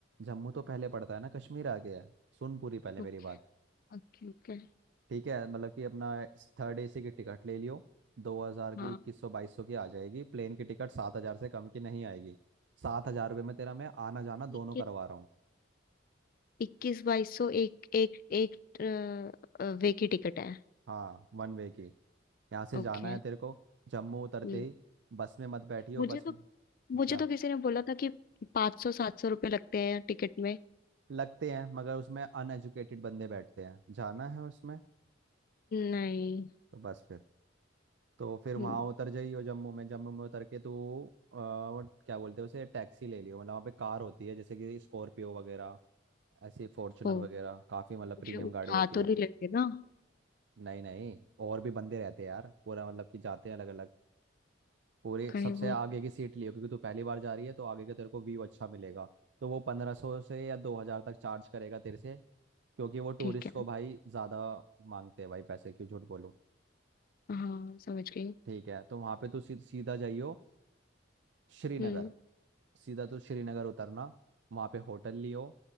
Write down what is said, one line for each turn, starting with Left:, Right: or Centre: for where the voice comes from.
Right: जम्मू तो पहले पड़ता है ना कश्मीर आ गया है सुन पूरी पहले
Left: Okay
Right: मेरी बात
Left: okay okay
Right: ठीक है मतलब कि अपना थर्ड एसी की टिकट ले लियो दो हज़ार की
Left: हाँ
Right: इक्कीस सौ बाईस सौ की आ जाएगी प्लेन की टिकट सात हज़ार से कम की नहीं आएगी सात हज़ार रुपये में तेरा मैं आना जाना दोनों
Left: इक्कीस
Right: करवा रहा हूँ
Left: इक्कीस बाईस सौ एक एक एक अ, अ, वे की टिकट है
Right: हाँ वन वे की यहाँ से जाना
Left: ओके
Right: है तेरे को जम्मू उतरते
Left: हम्म
Right: ही बस में मत बैठियो
Left: मुझे
Right: बस
Left: तो
Right: म-
Left: मुझे
Right: क्या
Left: तो किसी ने बोला था कि पाँच सौ सात सौ रुपये लगते हैं टिकट में
Right: लगते हैं मगर उसमें अनएजुकेटेड बंदे बैठते हैं जाना है उसमें
Left: नहीं
Right: तो बस फिर तो फिर वहाँ
Left: हम्म,
Right: उतर जाइयो जम्मू में जम्मू में उतर के तो क्या बोलते हैं उसे टैक्सी ले लियो मतलब वहाँ पे कार होती है जैसे कि स्कॉर्पियो वगैरह ऐसी फॉर्चुनर
Left: ओ
Right: वगैरह काफ़ी मतलब प्रीमियम
Left: मुझे उठा
Right: गाड़ी होती
Left: तो
Right: है
Left: नहीं लेंगे ना
Right: नहीं नहीं और भी बंदे रहते हैं यार पूरा मतलब कि जाते हैं अलग अलग पूरी
Left: कहीं
Right: सबसे
Left: वो
Right: आगे की सीट लियो क्योंकि तू पहली बार जा रही है तो आगे का तेरे को व्यू अच्छा मिलेगा तो वो पंद्रह सौ से या दो हजार तक चार्ज करेगा तेरे से क्योंकि वो
Left: ठीक
Right: टूरिस्ट
Left: है
Right: को भाई ज़्यादा मांगते हैं भाई पैसे क्यों झूठ बोलो
Left: हाँ समझ गई
Right: ठीक है तो वहाँ पे तू सी, सीधा जाइयो श्रीनगर
Left: हम्म
Right: सीधा तू श्रीनगर उतरना वहाँ पे होटल लियो